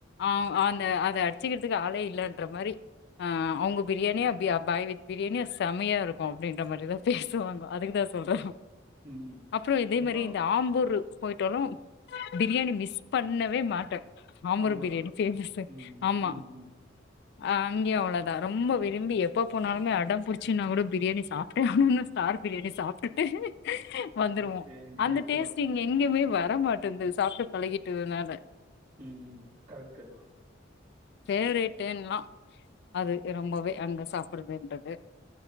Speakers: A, on the left; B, on the right.
A: ஆ அந்த அத அடிச்சிக்கிறதுக்கு ஆளே இல்லன்ற மாரி ஆ அவுங்க பிரியாணியா அப்டியா பாய் வீட் பிரியாணிய செமையா இருக்கும் அப்டின்ற மாரிதான் பேசுவாங்கோ அதுக்குதான் சொல்ற
B: ம்.
A: அப்புறம் இதே
B: இதப்பா
A: மாரி இந்த ஆம்பூர் போயிட்டாலும் பிரியாணி மிஸ் பண்ணவே மாட்டே ஆம்பூர்
B: அம்பூரா?
A: பிரியாணி பேமஸ்சு
B: ம்,
A: ஆமா
B: ம், ம்.
A: ஆ அங்கயு அவ்ளோதா ரொம்ப விரும்பி எப்போ போனாலுமே அடம் புடிச்சினா கூட பிரியாணி சாப்ட்டே ஆவுனுனு ஸ்டார் பிரியாணி சாப்ட்டுட்டு வந்துருவோம்
B: ஓகே. கிரத்து
A: அந்த டேஸ்ட்டு
B: தான்.
A: இங்க எங்கயுமே வ ர மாட்டேந்து சாப்ட்டு பழகிட்டதுனால
B: ம் ம் கரெட்டு
A: ஃபேவரேட்டு எனக்குலா அது ரொம்பவே அங்க சாப்பறதுன்றது